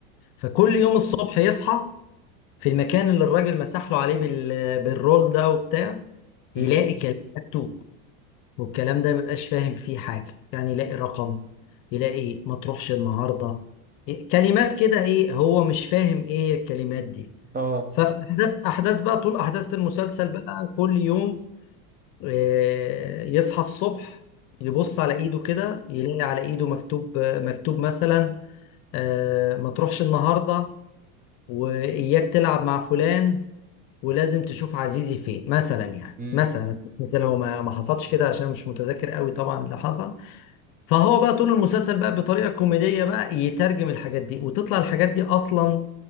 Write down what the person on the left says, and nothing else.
فكل يوم الصبح يصحى في المكان اللي الراجل مسح له عليه بال... بالرول ده وبتاع يلاقي
كلام مكتوب والكلام ده مبقاش فاهم فيه حاجة يعني يلاقي رقم يلاقي ما تروحش النهاردة إيه، كلمات كده ايه هو مش فاهم ايه الكلمات دي
ففي احداث احداث بقى طول احداث المسلسل بقى كل يوم آه، يصحى الصبح يبص على ايده كده يلاقي على ايده مكتوب مكتوب مثلا آه، ما تروحش النهارده واياك تلعب مع فلان ولازم تشوف عزيزي فين مثلا يعني
مثلا مثلا هو ما ما حصلش كده عشان مش متذكر قوي طبعا اللي حصل فهو بقى طول المسلسل بقى بطريقه كوميديه بقى يترجم الحاجات دي وتطلع الحاجات دي اصلا